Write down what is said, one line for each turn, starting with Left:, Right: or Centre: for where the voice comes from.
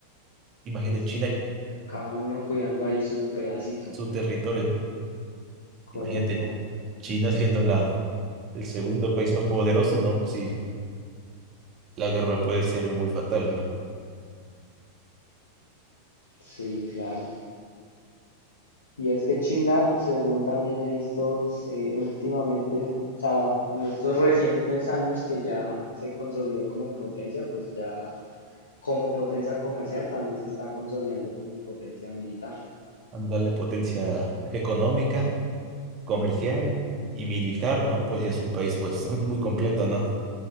Right: imagínate
Left: que es como
Right: China,
Left: cada uno cuidando ahí su pedacito,
Right: su territorio, ¿no?
Left: correcto.
Right: Imagínate China <laughs> siendo la, el segundo país más poderoso, ¿no? Pues sí, la guerra puede ser muy fatal, ¿no?
Left: Sí, claro. Y es que China, según también he visto se- últimamente, o sea, en estos recientes años que ya se consolidó como potencia, pues ya como potencia comercial también se está consolidando como potencia militar.
Right: Ándale, potencia económica, comercial y militar, ¿no? Pues ya es un país, pues, <laughs> muy completo, ¿no?